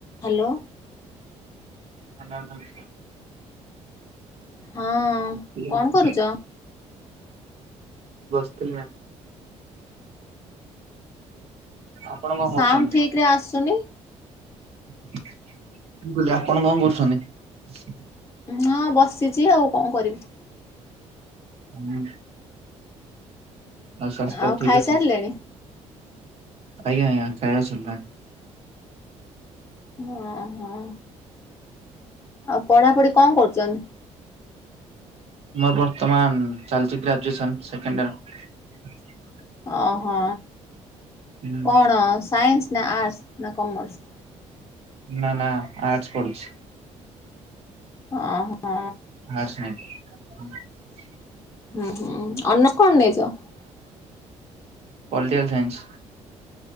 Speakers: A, on the left; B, on the right.
A: Hello.
B: ଆଜ୍ଞା ନମସ୍କାର।
A: ହଁ
B: ଏଠି
A: କଣ କରୁଚ?
B: କିଛି ନାହିଁ। ଆପଣ କଣ କରୁଛନ୍ତି?
A: ସାଉଣ୍ଡ ଠିକ ରେ ଆସୁନି
B: ମୁଁ କହିଲି ଆପଣ କଣ କରୁଛନ୍ତି?
A: ହଁ ବସିଚି ଆଉ କଣ କରିବି।
B: ହୁଁ। ସ୍ୱାସ୍ଥ୍ୟ
A: ଆଉ
B: ଠିକ
A: ଖାଇସାରିଲେଣି?
B: ଅଛି ଆଜ୍ଞା ଆଜ୍ଞା ଖାଇବା ସରିଲାଣି।
A: ହଁ ହଁ। ଆଉ ପଢାପଢି କଣ କରୁଚନ୍ତି?
B: ମୋର ବର୍ତ୍ତମାନ ଚାଲିଛି ଗ୍ରାଜୁଏସନ ସେକେଣ୍ଡ ଇୟର।
A: ଓହୋ।
B: ହୁଁ
A: କଣ ସାଇନ୍ସ? ନା ଆର୍ଟସ ନା କମର୍ସ?
B: ନା ନା ଆର୍ଟ ପଢୁଚି।
A: ଅ ହଁ।
B: <unintelligible>
A: ହୁଁ ହୁଁ ଅନ କଣ ନେଇଛ
B: ପଲିଟିକଲ ସାଇନ୍ସ